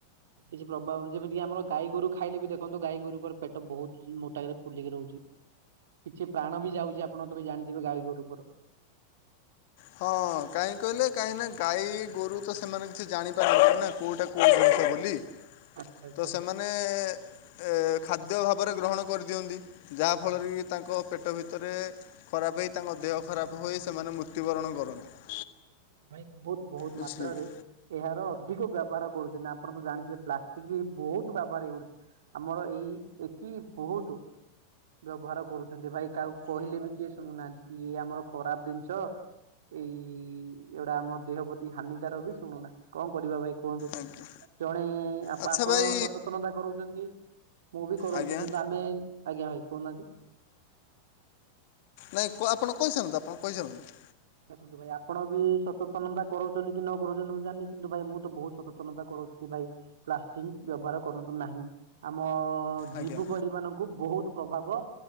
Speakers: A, on the right; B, on the left.
A: କିଛି ପ୍ରଭାବ ଯେମିତି ଆମର ଗାଈ ଗୋରୁ ଖାଇଲେ ବି ଦେଖ୍ ଖନ୍ତୁ ଗାଈ ଗୋରୁଙ୍କର ପେଟ ବହୁତ୍ ମୋଟାକାରେ ଫୁଲିକି ରହୁଛି। କିଛି ପ୍ରାଣ ବି ଯାଉଛି ଆପଣ ତବି ଜାଣିଥିବେ ଗାଈ ଗୋରୁଙ୍କର।
B: ହଁ, କାହିଁ କହିଲେ କାହିଁକି ନା ଗାଈ ଗୋରୁ ତ ସେମାନେ କିଛି ଜାଣିପାରନ୍ତିନା କୋଉଟା କୋଉଠି ଜିନିଷ ବୋଲି।
A: ଆଚ୍ଛା ଆଚ୍ଛା
B: ତ ସେମାନେ ଏ ଖାଦ୍ୟ ଭାବରେ ଗ୍ରହଣ କରିଦିଅନ୍ତି। ଯାହାଫଳରେ
A: ଆଚ୍ଛା।
B: କି ତାଙ୍କ ପେଟ ଭିତରେ ଖରାପ ହେଇ ତାଙ୍କ ଦେହ ଖରାପ ହୋଇ ସେମାନେ ମୃତ୍ ତ୍ୟୁବରଣ କରନ୍ତି।
A: ଭାଇ ବହୁତ ବହୁତ
B: ବୁଝିଲେ
A: ମାତ୍ରାରେ
B: କି
A: ଏହାର ଅଧିକ ବ୍ୟବହାର କରୁଛନ୍ତି ନା ଆପଣ ତ ଜାଣିଥିବେ ପ୍ଲାଷ୍ଟିକ ବହୁତ ବ୍ୟବହାର ଏଇ ଓଡିଶା ଆମର ଏଇ ଏଠି ବହୁତ ବ୍ୟବହାର କରୁଛନ୍ତି ଭାଇ କାହାକୁ କହିଲେ ବି କିଏ ଶୁଣୁନାହାନ୍ତି କି ଇଏ ଆମର ଖରାପ ଜିନିଷ। ଏଇ ଏଉଡା ଆମ ଦେହ ପ୍ରତି ହାନିକାର ବି ଶୁଣୁନା କଣ କରିବା ଭାଇ କୁହନ୍ତୁ।
B: ଆଜ୍ଞା
A: ଜଣେ ଆପ
B: ଆଚ୍ଛା
A: ଆପଣ
B: ଭାଇ
A: ସଚେତନତା କରଉଛନ୍ତି। ମୁଁ ବି କରଉଛି
B: ଆଜ୍ଞା
A: କିନ୍ତୁ ଆମେ, ଆଜ୍ଞା ଭାଇ କହୁନାହାନ୍ତି।
B: ନାଇଁ କୁଆ ଆପଣ କହିସାରନ୍ତୁ ଆପଣ କହିସାରନ୍ତୁ।
A: ଦେଖନ୍ତୁ ଭାଇ ଆପଣ ବି ସଚେତନତା କରଉଛନ୍ତି କି ନ କରଉଛନ୍ତି ମୁଁ ଜାଣିନି କିନ୍ତୁ ଭାଇ ମୁଁ ତ ବହୁତ ସଚେତନତା କରଉଛି ଭାଇ। ପ୍ଲାଷ୍ଟିକଂ ବ୍ୟବହାର କରନ୍ତୁ ନାହିଁ ଆମ
B: ଆଜ୍ଞା
A: ଜୀବୁ ପଡି ମାନଙ୍କ୍ କୁ ବହୁତ ପ୍ରଭାବ